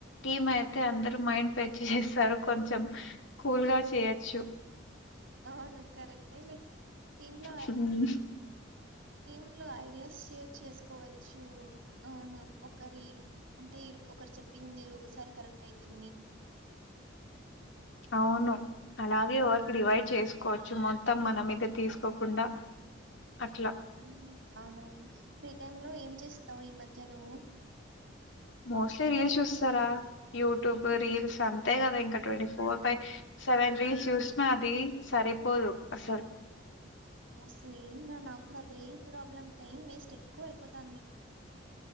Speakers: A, on the left; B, on the right.
A: టీమ్ అయితే అందరుూ మైండ్ పెట్టి చేస్తారు కొంచెం కూల్గాచే చేయాచ్చు
B: అవును కరెక్ట్ తెలే టీమ్ లో
A: హ్మ్.
B: టీమ్ లో అయి ఎస్ షేర్ చేసుకోవచ్చు అవును ఒకరి అంటే ఒకరు చెప్పింది ఒకసారి కరెక్ట్ అయితుంది
A: అవును అలాగే వర్కు డివైడ్ చేసుకోవచ్చు మొత్తం మన మీద తీసుకోకుండా అట్లా.
B: అవును అవునవును ఫ్రీ టైమ్ లో ఏం చెస్థావ్ ఈ మధ్య నువ్వు
A: మోస్ట్లీ రీల్స్ చూస్తారా యూట్యూబ్ రీల్స్ అంతే కదా ఇంకా twenty four by seven reels చూసినా అది సరిపోదు అసలు
B: సేమ్ రా నాకు కూడా అదే ప్రాబ్లం టైం వేస్ట్ ఎక్కువ అయిపోతాంది